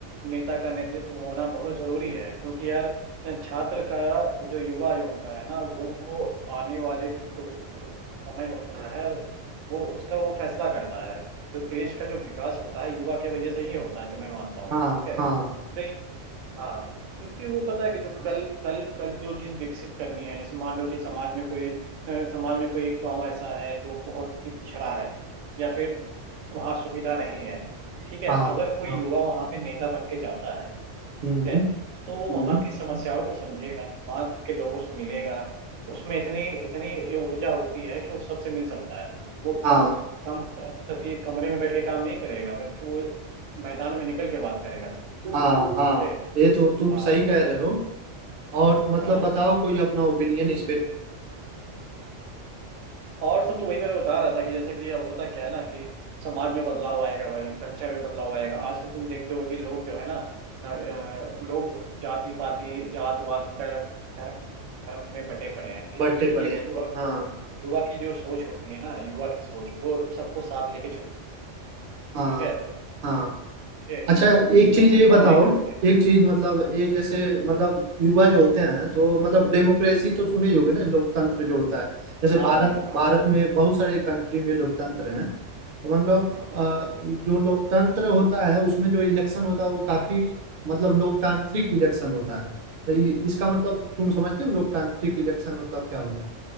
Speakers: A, on the right; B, on the right.
A: नेता का नेतृत्व होना बहुत जरूरी है क्योंकि यार छात्र का जो युवा जो होता है ना वो आने वाले जो, जो समय होता है वो उसका वो फैसला करता है जो देश का जो विकास होता है युवा के वजह से ही होता है जो मैं मानता हूँ
B: हाँ
A: ठीक है
B: हाँ
A: इसलिए हाँ क्योंकि वो पता है कि जो कल कल कल जो चीज विकसित करनी है जैसे मान लो कि समाज में कोई अ, समाज में कोई एक गांव ऐसा है जो बहुत ही पिछड़ा है या फिर वहाँ सुविधा नहीं है ठीक है
B: हाँ
A: अगर कोई
B: हाँ
A: युवा वहाँ पे नेता बन के जाता है ठीक
B: हम्म
A: है तो वो
B: हम्म,
A: वहाँ की समस्याओं को समझेगा वहाँ के लोगों से मिलेगा उसमें इतनी इतनी ऊर्जा होती है कि वो सबसे मिल सकता है वो
B: हाँ
A: कम कम मतलब कि कमरे में बैठ के काम नहीं करेगा बल्कि वो मैदान में निकल के बात करेगा
B: हाँ हाँ
A: समझे
B: ये तो तुम
A: हाँ
B: सही कह रहे हो और मतलब
A: हाँ
B: बताओ कोई अपना ओपिनियन इस पे
A: और सब तो वही मैं बता रहा था कि जैसे कि अब होता क्या है ना कि समाज में बदलाव आएगा भाई कल्चर में बदलाव आएगा आजकल तुम देखते हो कि लोग जो है ना अ, अ, लोग जाति पाति जात वात का धर्म धर्म में बटे पड़े हैं ठीक
B: बढ़ते
A: है लेकिन
B: पड़े
A: एक
B: हैं
A: युवा की-
B: हाँ
A: युवा की जो सोच होती है ना युवा की सोच वो सबको साथ लेके चलती है
B: हाँ
A: ठीक है
B: हाँ
A: समझे
B: अच्छा
A: वो किसी
B: एक
A: में
B: चीज
A: भेदभाव
B: ये बताओ
A: नहीं करती है
B: एक चीज मतलब एक जैसे मतलब युवा जो होते हैं तो मतलब डेमोक्रेसी तो सुने ही होगे ना लोकतंत्र जो होता है जैसे
A: हाँ
B: भारत
A: भाई हाँ
B: भारत में बहुत सारे कंट्री में लोकतंत्र हैं तो मतलब
A: हम्म।
B: अ, जो लोकतंत्र होता है उसमें जो इलेक्शन होता है वो काफी मतलब लोकतांत्रिक इलेक्शन होता है तो इ- इसका मतलब तुम समझते हो लोकतांत्रिक इलेक्शन मतलब क्या होता है